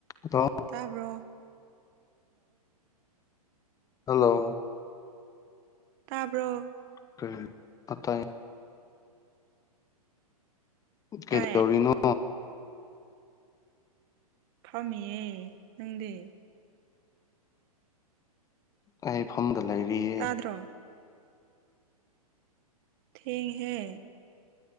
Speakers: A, on the left; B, on the right.
A: ꯑꯗꯣ
B: ꯇꯥꯕ꯭ꯔꯣ
A: ꯍꯜꯂꯣ
B: ꯇꯥꯕ꯭ꯔꯣ
A: ꯀ ꯑꯠꯇ ꯀꯩꯗꯗꯧꯔꯤꯅꯣ
B: ꯇꯥꯏꯌꯦ ꯐꯥꯝꯃꯤꯌꯦ ꯅꯪꯗꯤ
A: ꯑꯩꯐꯝꯐꯝꯗ ꯂꯩꯔꯤꯌꯦ
B: ꯇꯥꯗ꯭ꯔꯣ ꯊꯦꯡꯍꯦ